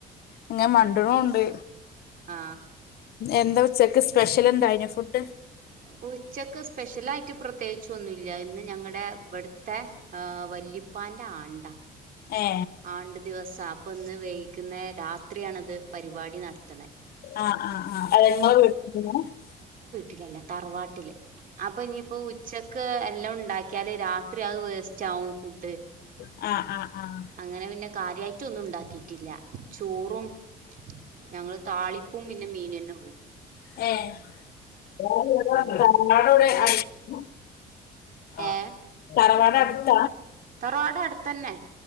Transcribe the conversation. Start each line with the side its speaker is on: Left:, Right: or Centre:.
Left: ഇങ്ങനെ മണ്ട്ണും ഉണ്ട്
Right: ആ
Left: എന്താ ഉച്ചക്ക് സ്പെഷ്യൽ ഉണ്ടായിന്ന് ഫുഡ്
Right: ഉച്ചക്ക് സ്പെഷ്യല് ആയിട്ട് പ്ര പ്രത്യേകിച്ചൊന്നുമില്ല ഇന്ന് ഞങ്ങളുടെ ഇവിടുത്തെ ആ വല്ലിപ്പാന്റെ ആണ്ടാ
Left: ഏ
Right: ആണ്ടു ദിവസാ അപ്പൊ ഇന്ന് വൈകുന്നേ രാത്രിയാണത് പരിപാടി നടത്തണ്
Left: ആ ആ ആ അതെങ്ങോ വീ <unintelligible>
Right: ഇതല്ല തറവാ അപ്പൊ ഇനിപ്പോ ഉച്ചക്ക് എല്ലാം ഉണ്ടാക്കി കേ രാത് ഇത്ര അത് വേസ്റ്റ് ആകും ഫുഡ്
Left: ആഹ് ആഹ് ആഹ്
Right: അങ്ങനെ പിന്നെ കാര്യമായിട്ട് ഒന്നും ഉണ്ടാക്കിട്ടില്ല ചോറും ഞങ്ങള് താളിപ പിന്നെ മീനല്ലാം ഉ
Left: ഏഹ് <unintelligible>
Right: ഉം പിന്നെ
Left: ആ
Right: ഏ
Left: തറവാട് അടുത്ത
Right: തറവാട് അടുത്തന്നെ